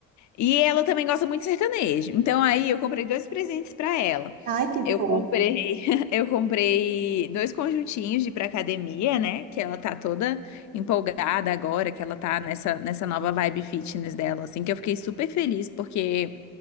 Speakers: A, on the left; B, on the right.
A: E ela também gosta muito de sertanejo. Então aí eu comprei dois presentes pra ela.
B: Ai, que fofo.
A: Eu comprei, <laughs> eu comprei dois conjuntinhos de ir pra academia, né? Que ela tá toda empolgada agora, que ela tá nessa, nessa nova vibe fitness dela, assim, que eu fiquei super feliz, porque,